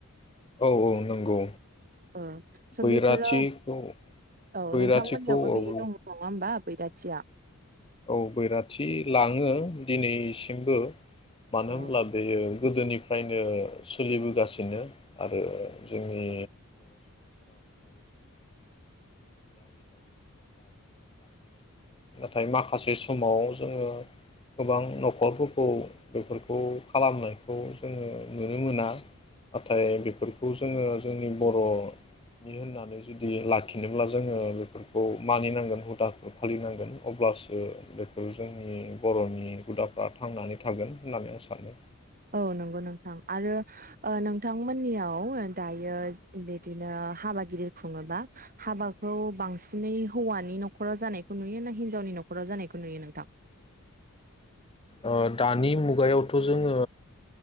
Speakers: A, on the left; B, on the right.
A: औ औ नंगौ।
B: ओ सो
A: बैराथिखौ
B: बेफोराव औ
A: बैराथिखौ
B: नोंथांमोननियावबो
A: औ
B: बेदि दं नङा होमबा? बैराथिया।
A: औ बैराथि लाङो दिनैसिमबो। मानो
B: औ
A: होमब्ला बेयो गोदोनिफ्रायनो सोलिबोगासिनो आरो जोंनि फाय माखासे समाव जोङो गोबां न'खरफोरखौ बेफोरखौ खालामनायखौ जोङो नुनो मोना नाथाय बेफोरखौ जोङो जोंनि बर'नि होननानै जुदि लाखिनोब्ला जोङो बेफोरखौ मानिनांगोन हुदाखौ फालिनांगोन। अब्लासो बेफोर जोंनि बर'नि हुदाफ्रा थांनानै थागोन होननानै आं सानो।
B: औ नंगौ नोंथां आरो ओ नोंथांमोननियाव दायो बिदिनो हाबा गिदिर खुङोबा हाबाखौ बांसिनै हौवानि न'खराव जानायखौ नुयो ना हिनजावनि न'खराव जानायखौ नुयो नोंथां?
A: ओ दानि मुगायावथ' जोङो